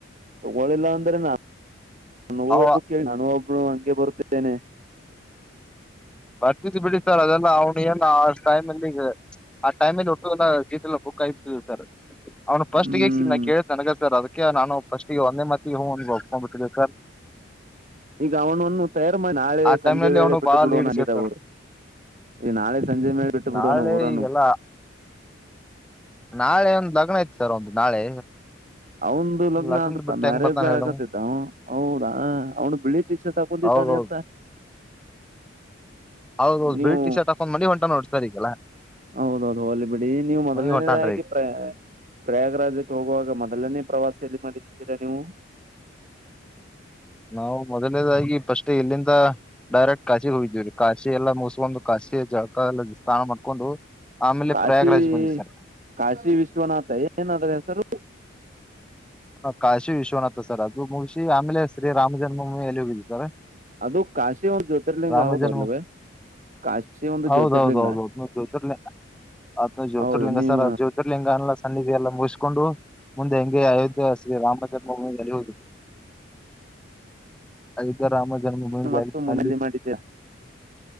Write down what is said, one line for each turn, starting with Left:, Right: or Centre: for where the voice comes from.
Right: ತಗೋಳಿಲ್ಲ ಅಂದ್ರೆ ನಾ <inaudible> ನೋ
Centre: ಅವ
Right: ಒಬ್ಬ ಕೇಳ ನಾನ ಒಬ್ನು ಹಂಗೆ ಬರುತ್ತ. ಏನೇ.
Centre: ಬರ್ತತಿ ಬಿಡಿ ಸರ್ ಅದೆಲ್ಲ ಅವ್ನು ಏನು. ಟೈಮ ಇಲ್ಲಿಗ ಆ ಟೈಮ್ಲ್ಲಿ ಒಟ್ಟು ಎಲ್ಲ ಸೀಟ್ ಎಲ್ಲ ಬುಕ್ ಆಗಿರ್ತವಿ ಸರ್. ಅವ್ನು ಫಸ್ಟ್
Right: ಹ್ಮ್
Centre: ಗೆ ಕೇಳಿದ ನನಗ ಸರ್ ಅದಕ್ಕೆ ನಾನು ಫಸ್ಟ್ ಒಂದೇ ಮಾತಿಗೆ ಹೂ ಅಂತ ಒಪ್ಕೊಂಡ್ ಬಿಟ್ಟಿದ್ದೆ ಸರ್.
Right: ಈಗ ಅವನನ್ನು ತಯಾರು ಮಾಡಿ ನಾಳೆ
Centre: ಆ
Right: ಸಂಜೆ
Centre: ಟೈಮ್ ನಲ್ಲಿ
Right: ವೇಳೆ
Centre: ಅವನು
Right: ಬಿಟ್ಟು
Centre: ಬಾಳ
Right: ಬಿಡೋವಣ.
Centre: ಲೀಡ್ ಇದ್ದ
Right: ಇಲ್ಲಿದ
Centre: ಸರ್
Right: ಊರು ಈ ನಾಳೆ ಸಂಜೆ ಮೇಲೆ ಬಿಟ್ಟು ಬಿಟ್ಟುಬಿಡೋಣ
Centre: ನಾಳೆ
Right: ಊರನ್ನು.
Centre: ಈಗೆಲ್ಲಾ ನಾಳೆ ಒಂದು ಲಗ್ನ ಐತ್ ಸರ್ ಒಂದು ನಾಳೆ.
Right: ಅವಂದು ಲಗ್ನ
Centre: ಲಗ್ನದ್
Right: ಆಗತ್ತ
Centre: ಬಿಟ್ಟು
Right: ಮ್ಯಾರೇಜ್
Centre: ಹೆಂಗ್ ಬರ್ತಾನ ಹೇಳು
Right: ಆಗತಿದ್ದ ಹೌದಾ ಅವ್ನು ಬಿಳಿ ಟಿ ಶರ್ಟ್ ಹಾಕೊಂಡಿದ್ದಾನೆ
Centre: ಹೌದೌದು
Right: ಅಂತ. <inaudible>
Centre: ಹೌದೌ
Right: ನೀವು
Centre: ಬಿಳಿ ಟಿ ಶರ್ಟ್ ಹಾಕೊಂಡ ಮನಿಗ್ ಹೊಂಟ ನೋಡ್ರೆ ಈಗಲ್ಲ.
Right: ಹೌದೌದು ಹೋಗ್ಲಿ ಬಿಡಿ ನೀವು ಮೊದಲನೇದಾಗಿ
Centre: ಮನಿಗ್ ಹೊಂಟಾನ್ರಿ
Right: ಪ್ರ. ಪ್ರಯಾಗರಾಜಕ್ಕೆ ಹೋಗುವಾಗ ಮೊದಲನೇ ಪ್ರವಾಸಲ್ಲಿ ಮಾಡಿದ್ದೀರಾ ನೀವು
Centre: ನಾವು ಮೊದಲನೇದಾಗಿ ಫಸ್ಟ್ ಎಲ್ಲಿಂದ ಡೈರೆಕ್ಟ್ ಕಾಶಿಗೆ ಹೋಗಿದೀವಿರಿ ಕಾಶಿ ಎಲ್ಲ ಮುಸ್ಕೊಂದು ಕಾಶಿ ಜಳಕ ಎ ಸ್ನಾನಮ ಹಾಕೊಂಡು ಆಮೇಲೆ
Right: ಕಾಶಿ
Centre: ಪ್ರಯಾಗರಾಜ್ ಬಂದಿದೆ ಸರ್
Right: ಕಾಶಿ ವಿಶ್ವನಾಥ ಏನಾದ್ರ ಹೆಸರು
Centre: ಹ ಕಾಶಿ ವಿಶ್ವನಾಥ್ ಸರ್ ಅದು ಮುಗಶಿ ಆಮೇಲೆ ಶ್ರೀ ರಾಮ ಜನ್ಮಮಿ ಎಲ್ಲಿ ಹೋಗಿದ ಸರ
Right: ಅದು ಕಾಶಿ ಒಂದು ಜ್ಯೋತಿರ್ಲಿಂಗ
Centre: ರಾಮ
Right: ಹೌದು
Centre: ಜನ್ಮ
Right: ಅಲ್ವೇ ಕಾಶಿ ಒಂದು
Centre: ಹೌದೌದ
Right: ಜ್ಯೋತಿರ್ಲಿಂಗ
Centre: ಹೌದೌದು ಜಸರ್ಲ ಅದು ಜ್ಯೋತಿರ್ಲಿಂಗ
Right: ಹೌದು ನೀವು
Centre: ಸರ್ ಜ್ಯೋತಿರ್ಲಿಂಗ ಅಲ್ಲ ಸನ್ನಿಧ ಎಲ್ಲ ಮು ಕಕೊಂಡು ಮುಂದೆ ಹೆಂಗೆ ಅಯೋಧ್ಯ ಶೀ ರಾಮ ಜನ್ಮಭೂಮಿ ಎಲಿ ಹೋಗಿದೆ ಅಯೋಧ್ಯ ರಾಮ ಜನ್ಮಭೂಮಿಗೆ
Right: ಮತ್ತ
Centre: ಅಲ್ಲಿ
Right: ಮನೆಯಲ್ಲಿ
Centre: ಅಲ್ಲಿ
Right: ಮಾಡಿದ್ದ್ಯಾ